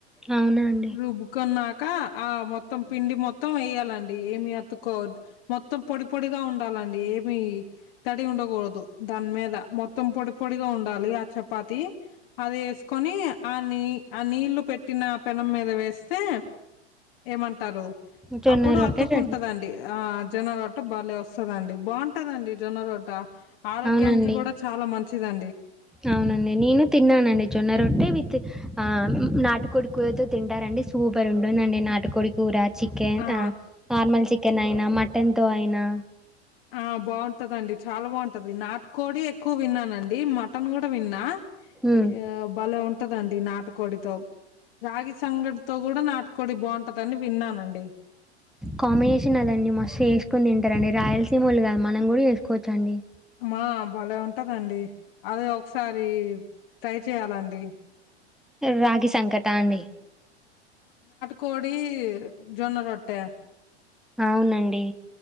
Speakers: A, in the centre; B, on the left (about 55°).
A: అవునా అండి
B: రుబ్బుకున్నాక ఆ మొత్తం పిండి మొత్తం వేయ్యాలండి డి ఏమి అతుకోదు మొత్తం పొడి పొడిగా ఉండాలండి ఏమి తడి ఉండకూడదు దాని మీద మొత్తం పొడి పొడిగా ఉండాలి ఆ చపాతి అది వేసుకొని ఆ నీ ఆ నీళ్లు పెట్టిన పెనం మీద వేస్తే ఏమంటారు
A: జొన్న
B: అప్పుడు
A: రొట్టె
B: అతుక్కుంటదండి
A: రెడీ
B: ఆ జొన్న రోట్ట బలె వస్తందండి బాగుంటదండి జొన్న రోట్ట ఆరోగ్యానికి
A: అవునండి
B: కూడా చాలా మంచిదం
A: అవునండి నేను తిన్నానండి జొన్న రొట్టె విత్ ఆ నాటుకోడి కూరతో తింటారండి సూపర్ ఉంటుందండి నాటుకోడి కూర చికెన్
B: ఆ
A: అ నార్మల్ చికెన్ అయినా మటన్ తో అయినా
B: ఆ బాగుంటదండి చాలా బాగుంటది నాటు కోడి ఎక్కువ విన్నానండి మటన్ కూడా విన్నా
A: ఉమ్
B: ఇగ బలె ఉం ఉంటదండి నాటుకోడితో రాగి సంగటితో కూడా నాటుకోడి బాగుంటదని విన్నానండి
A: కాంబినేషన్ అదండి మస్తు వేసుకుని తిం కదండి రాయలసీమోళ్ళు కాద్ మనం కూడా చేసుకోవచ్చండి
B: మా బాలే ఉంటదండి అదే ఒకసారి ట్రై చేయ్యాలండి
A: రాగి సంకట అండి
B: కోడి జొన్న రోట్ట
A: అవునండి